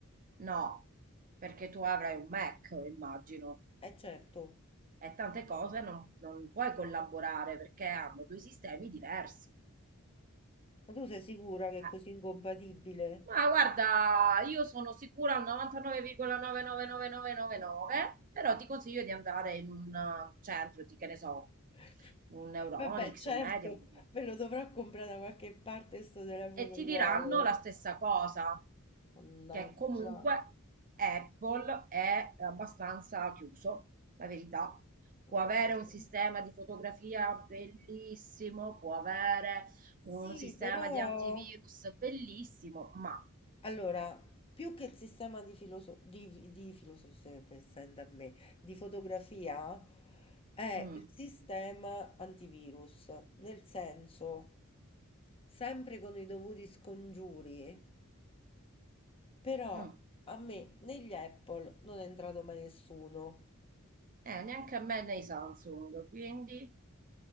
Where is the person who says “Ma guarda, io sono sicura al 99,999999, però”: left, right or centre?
Right